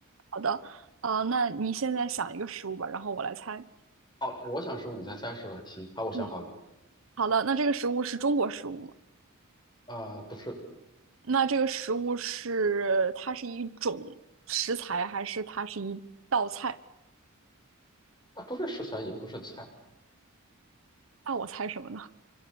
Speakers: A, on the right (about 65°); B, on the left (about 20°).
A: 好的，呃，那你现在想一个食物吧，然后我来猜。
B: 好，我想食物，你猜猜是吧？行，好，我想好了。
A: 嗯，好的，那这个食物是中国食物吗？
B: 啊、不是，
A: 那这个食物是它是一种食材，还是它是一道菜？
B: 它不是食材，也不是菜
A: 那我猜什么呢？